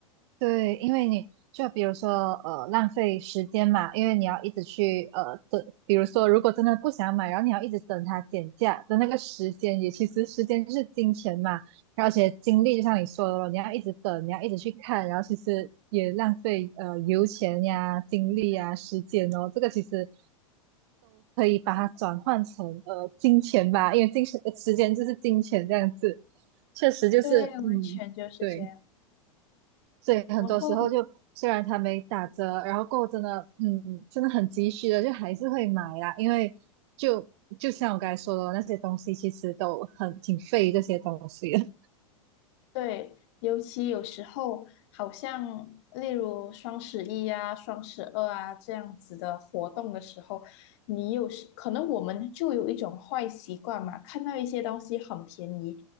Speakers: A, on the right (about 55°); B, on the left (about 55°).
A: 对，因为你就比如说呃浪费时间嘛，因为你要一直去呃等，比如说如果真的不想买，然后你要一直等它减价的那个时间，也其实时间就是金钱嘛，然后而且精力就像你说的咯，你要一直等，你要一直去看，然后其实也浪费呃油钱呀、精力呀、时间哦，这个其实。把它转换成呃金钱吧，因为金钱呃时间就是金钱这样子，确实就是嗯对，
B: 对，完全就是这样。
A: 所以很多时候就虽然它没打折，
B: 然后，
A: 然后过后真的嗯真的很急需的，就还是会买啦，因为就就像我刚才说的，那些东西其实都很挺费这些东西的。
B: 对，尤其有时候，好像例如双十一啊、双十二啊这样子的活动的时候，你有时可能我们就有一种坏习惯嘛，看到一些东西很便宜，